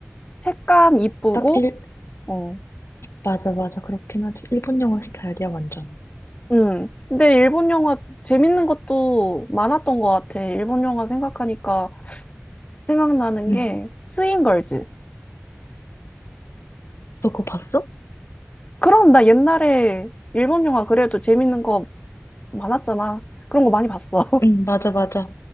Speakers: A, on the left; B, on the left.
A: 색감 이쁘고,
B: 딱 일,
A: 어,
B: 맞아, 맞아. 그렇긴 하지. 일본 영화 스타일이야, 완전.
A: 음. 근데 일본 영화 재밌는 것도 많았던 것 같아. 일본 영화 생각하니까 생각나는
B: 응.
A: 게 스윙걸즈.
B: 너 그거 봤어?
A: 그럼 나 옛날에 일본 영화 그래도 재밌는 거 많았잖아. 그런 거 많이 봤어.
B: 응, 맞아, 맞아.